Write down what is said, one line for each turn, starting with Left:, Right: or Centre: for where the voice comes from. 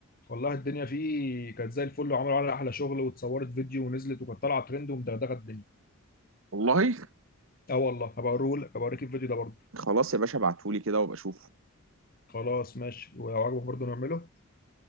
Left: والله الدنيا فيه كانت زي الفل وعملوا عليها احلى شغل واتصورت فيديو ونزلت وكانت طالعه ترند ومدغدغه الدنيا
Right: والله
Left: اه والله هبقى اوريه لك هبقى اوريك الفيديو ده برضه
Right: خلاص يا باشا ابعتهولي كده وابقى اشوفه
Left: خلاص ماشي ولو عجبك برضه نعمله